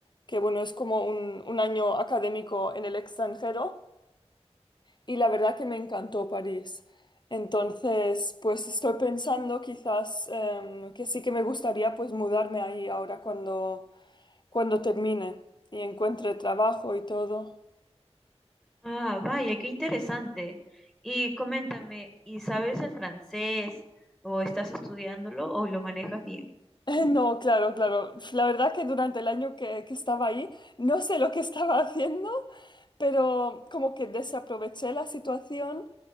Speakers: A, on the left (about 45°); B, in the centre.
A: que bueno, es como un un año académico en el extranjero y la verdad que me encantó París. Entonces, pues estoy pensando quizás em, que sí que me gustaría pues mudarme ahí ahora cuando, cuando termine y encuentre trabajo y todo.
B: Ah, vaya, qué interesante. Y coméntame, ¿y sabes el francés o estás estudiándolo o lo manejas bien?
A: <laughs> No, claro, claro. La verdad que durante el año que, que estaba ahí, no sé lo que <laughs> estaba haciendo, pero como que desaproveché la situación